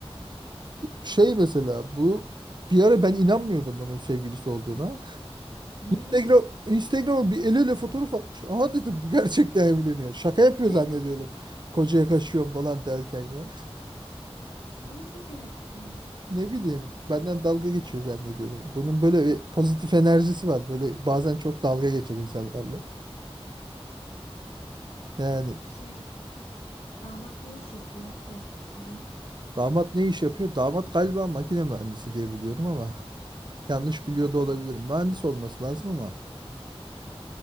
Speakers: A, on the right; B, on the left.
A: şey mesela bu bir ara ben inanmıyordum bunun sevgilisi olduğuna.
B: Niye?
A: Instagram Instagram'a bir el ele fotoğraf atmış. Aha dedim bu gerçekten evleniyor. Şaka yapıyor
B: <laughs>
A: zannediyordum. Kocaya kaçıyorum falan derken ya.
B: Niye şaka yapsın ya?
A: Ne bileyim benden dalga geçiyor zannediyordum. Bunun böyle bir pozitif enerjisi var. Böyle bazen çok dalga geçer insanlarla. Yani
B: Şey, damat ne iş yapıyor? Klasik soru.
A: damat ne iş yapıyor? Damat galiba makine mühendisi diye biliyorum ama yanlış
B: Hmm.
A: biliyor da olabilirim. Mühendis olması lazım ama.